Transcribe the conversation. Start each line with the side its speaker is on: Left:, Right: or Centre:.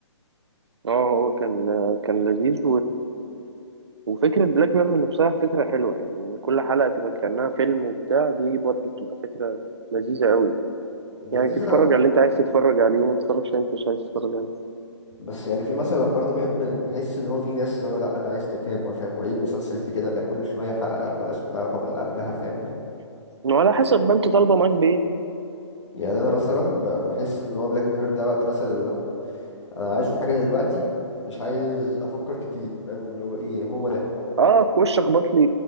Right: اه هو كان آه، كان لذيذ وفكرة بلاك ميرور نفسها فكرة حلوة يعني إن كل حلقة تبقى كأنها فيلم وبتاع دي برضه بتبقى فكرة لذيذة أوي يعني
Left: لذيذة
Right: يعني تتفرج على اللي أنت عايز تتفرج عليه وما تتفرجش على اللي أنت مش عايز تتفرج عليه
Left: بس يعني في مثلا برضه بحب بحس ان هو في ناس اللي هو لا انا عايز تتابع فاهم هو ايه المسلسل في كده ده كل شويه حلقه ملهاش علاقه باللي قبلها فاهم
Right: وعلى حسب ما أنت طالبة معاك بإيه
Left: يعني انا مثلا ب- بحس ان هو بلاك ميرور ده وقت مثلا اللي هو انا عايز اشوف حاجه دلوقتي مش عايز افكر كتير فاهم اللي هو ايه هو ده
Right: أه خش أخبط لي